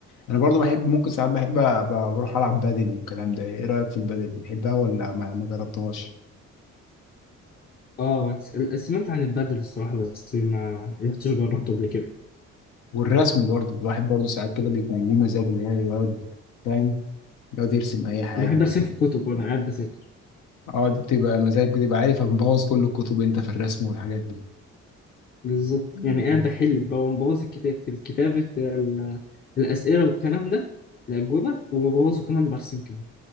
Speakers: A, on the left; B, on the left.
A: أنا برضه بحب ممكن ساعات بحب أ- ب- بروح ألعب بادل والكلام ده ايه رأيك في البادل بتحبها ولا ما ما جربتهاش؟
B: اه سمعت عن البادل الصراحه بس ما رحتش جربته
A: <laughs> مم.
B: قبل كده
A: والرسم برضه الواحد برضه ساعات كده بيكون ليه مزاج اللي هو يقعد فاهم يقعد يرسم أي حاجة
B: بحب ارسم
A: يعني
B: في الكتب وانا قاعد بذاكر
A: اه دي بتبقى مزاج بتبقى عارف مبوظ كل الكتب أنت في الرسم والحاجات دي
B: بالظبط
A: مم.
B: يعني قاعد بحل ب- ببوظ الكتاب في الكتابه ال- الاسئله والكلام ده الاجوبه وببوظه كمان برسم كمان